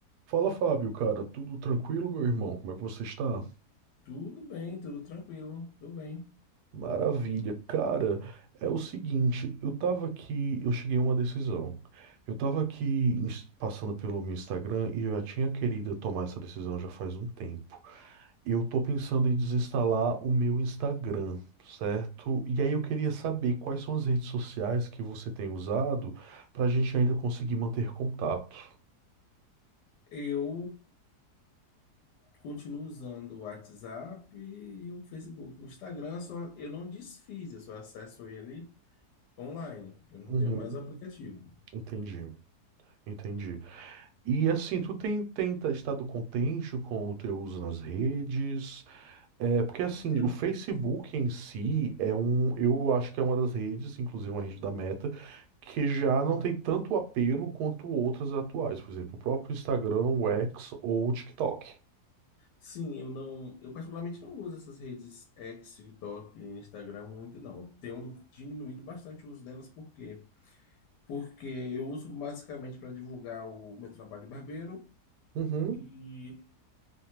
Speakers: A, on the right; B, on the left.
A: Fala, Fábio, cara, tudo tranquilo, meu irmão? Como é que você está?
B: Tudo bem, tudo tranquilo, tudo bem.
A: Maravilha. Cara, é o seguinte, eu tava aqui, eu cheguei a uma decisão. Eu tava aqui ins- passando pelo meu Instagram e eu já tinha querido tomar essa decisão já faz um tempo. Eu tô pensando em desinstalar o meu Instagram, certo? E aí eu queria
B: Sim.
A: saber quais são as redes sociais que você tem usado pra gente ainda conseguir manter contato.
B: Eu continuo usando o WhatsApp e o Facebook. O Instagram só, eu não desfiz, eu só acesso ele online. Eu não
A: Uhum.
B: tenho mais o aplicativo.
A: Entendi, entendi. E assim, tu tem, tem tá- estado contente com o teu uso nas redes? É, porque assim,
B: Eu
A: o
B: não-
A: Facebook
B: sim,
A: em si é um, eu acho que é uma das redes, inclusive uma rede da Meta, que já não tem tanto apelo quanto outras atuais, por exemplo, o próprio Instagram, o X ou o TikTok.
B: sim, eu não, eu particularmente não uso essas redes X, TikTok e Instagram muito, não. Eu Tenho diminuído bastante o uso delas, por quê? Porque eu uso basicamente para divulgar o meu trabalho de barbeiro.
A: Uhum,
B: e